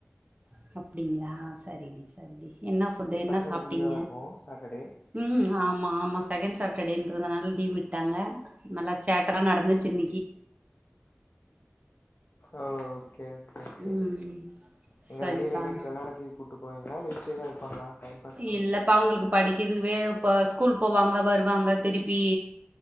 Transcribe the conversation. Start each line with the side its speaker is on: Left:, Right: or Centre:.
Right: அப் அப்டிங்களா
Left: ம்
Right: செரி செரி என்ன புட்டு
Left: இன்னைக்கு
Right: என்ன
Left: பசங்களுக்கு
Right: சாப்பட்டீங்க
Left: லீவா இருக்கு சாட்டர்டே
Right: ம் ஆமா செகண்ட் சாட் சாட்டர்டே என்றதுனால லீவ் விட்டுட்டாங்க சேட்ட நடத் <inaudible>
Left: ஓ ஓகே ஒகே
Right: ம்
Left: எங்க
Right: சரிப்பா
Left: வெளில எங்கேயாச்சும் வெளாடத்ததி கூட்டு போவே மேல <inaudible> தான் இருப்பாங்களா டைம் பாஸ்க்கு
Right: இல்லப்ப அவங்களுக்கு படி இதுவே இப்ப ஸ்கூல் போவாங்க வருவாங்க திருப்பி